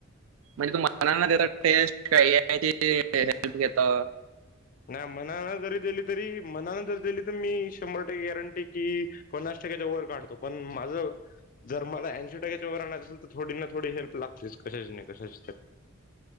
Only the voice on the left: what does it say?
नाय मनान जरी दिली तरी मनान जरी दिली तर मी शंभर टक्के गॅरंटी कि पन्नास टक्क्याच्या वर काढतो पणं माझं. जर मला ऐंशी टक्क्याच्या वर आणायचं असल तर थोडी ना थोडी हेल्प लागतेच कशाची नाही कशाची तर.